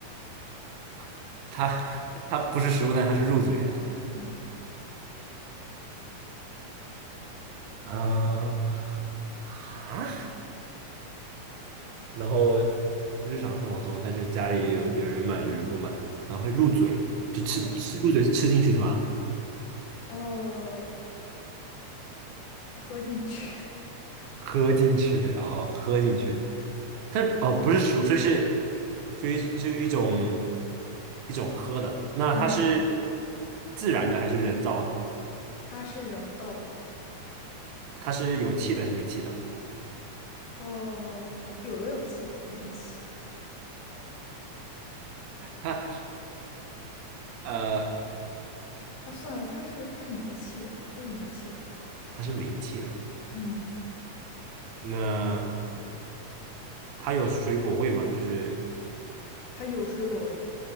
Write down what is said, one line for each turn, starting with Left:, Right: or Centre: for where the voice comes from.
Right: <laughs> 它它不是食物，但它是入嘴的。
Left: <laughs> 嗯
Right: 嗯啊，然后日常生活中，但是家里有有人买，有人不买，然后会入嘴，就吃吃入嘴吃进去是吧？
Left: 嗯呃，喝进去，
Right: 喝进去，然后喝进去。它哦，不是食物，所以是所以是一种一种喝的。那它是
Left: <laughs> 嗯，
Right: 自然的还是人造的？
Left: 它是人造的，
Right: 它是有气的还是没气的？
Left: 呃，有的有气，有的没气。
Right: 它呃，
Left: 啊，算了，它是它是煤气的吧？它是煤气的，
Right: 它是没气的。
Left: 嗯。
Right: 那它有水果味吗？就是
Left: 它有水果味。